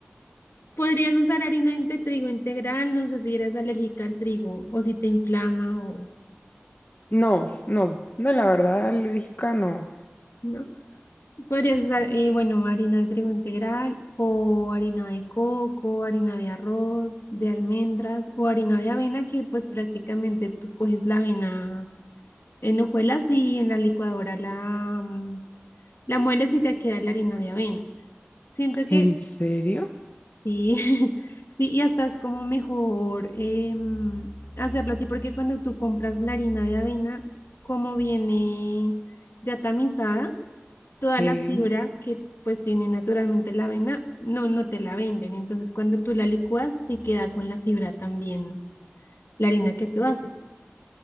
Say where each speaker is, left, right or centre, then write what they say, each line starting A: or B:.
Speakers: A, on the left (about 65°); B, on the left (about 45°).
A: podrías usar harina de trigo integral, no sé si eres alérgica al trigo o si te inflama o
B: No, no, no, la verdad, alérgica no.
A: no. Podrías usar, eh, bueno, harina de trigo integral o harina de coco, harina de arroz, de almendras o harina de avena que pues prácticamente tú coges la avena en hojuelas y en la licuadora la, mm, la mueles y ya queda la harina de avena. Siento
B: ¿En
A: que
B: serio?
A: Sí, <laughs> sí, y hasta es como mejor em, hacerlo así, porque cuando tú compras la harina de avena, como viene ya tamizada, toda
B: Sí.
A: la fibra que pues tiene naturalmente la avena, no, no te la venden. Entonces, cuando tú la licúas, se queda con la fibra también, la harina que tú haces.